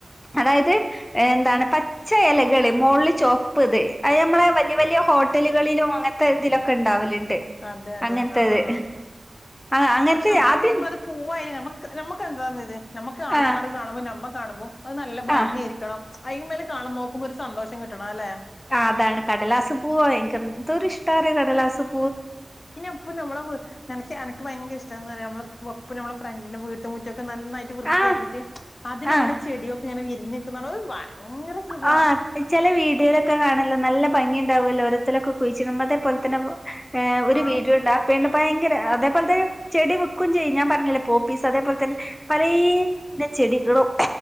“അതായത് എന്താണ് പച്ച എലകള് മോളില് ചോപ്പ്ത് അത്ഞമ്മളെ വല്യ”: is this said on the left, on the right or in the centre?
Left